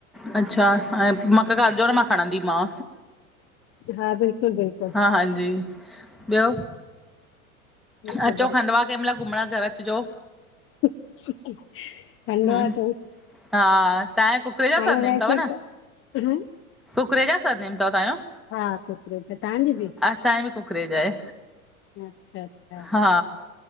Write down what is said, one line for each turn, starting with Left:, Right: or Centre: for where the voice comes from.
Centre: अच्छा हाणे मांखे कर जो न मां खणंदीमांव।
Left: हा बिल्कुल -बिल्कुल
Centre: हां जी। ॿियो,
Left: ॿियो सभु
Centre: अचो खंडवा कंहिंमल घुमंण घर अचिजो।
Left: हसने की आवाज़। खंडवा
Centre: हम्म
Left: अचंऊ,
Centre: हा तव्हांजे कुकरे जा
Left: हाणे
Centre: सरनेम
Left: वैसे
Centre: अथव न
Left: त हं
Centre: कुकरेजा सरनेम तव ताहिंयो?
Left: हा कुकरेजा, तहांजी बि?
Centre: असांयी बि कुकरेजा ए।
Left: अच्छा अच्छा,
Centre: हा,